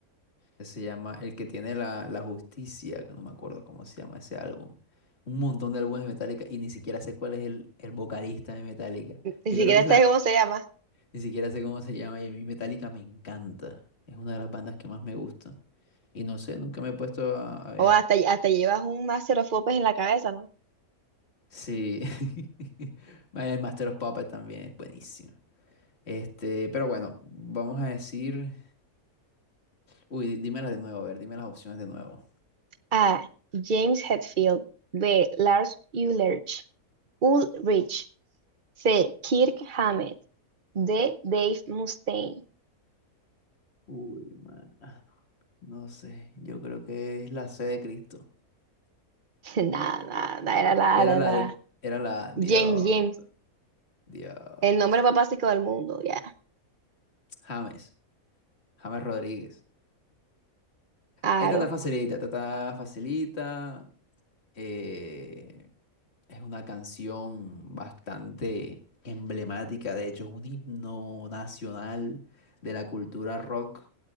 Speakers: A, on the left (about 45°); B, on the right (about 45°).
A: Se llama El que tiene la, la justicia, que no me acuerdo cómo se llama ese álbum. Un montón de álbumes de Metallica y ni siquiera sé cuál es el, el vocalista de Metallica.
B: Ni
A: Yo
B: siquiera
A: creo que es
B: sabes
A: la...
B: cómo se llama.
A: Ni siquiera sé cómo se llama y a mí Metallica me encanta. Es una de las bandas que más me gusta. Y no sé, nunca me he puesto a, a ver.
B: O hasta, hasta llevas un master of popes en la cabeza, ¿no?
A: Sí. <laughs> Vaya, El Master of Puppets también es buenísimo. Este, pero bueno, vamos a decir... Uy, dímelas de nuevo, a ver, dime las opciones de nuevo.
B: A. James Hetfield. B. Lars Ulrich. Ulrich. C. Kirk Hammett. D. Dave Mustaine.
A: Uy, man. No sé, yo creo que es la C de Cristo.
B: <laughs> Nada, nada, nada, era la,
A: Era
B: la,
A: la,
B: la-
A: de- era la, Dios,
B: James, James,
A: Dios,
B: el nombre más básico del mundo, ya.
A: James, James Rodríguez.
B: Aro.
A: Esta está facilita, esta está facilita. eh, es una canción bastante emblemática, de hecho, es un himno nacional de la cultura rock.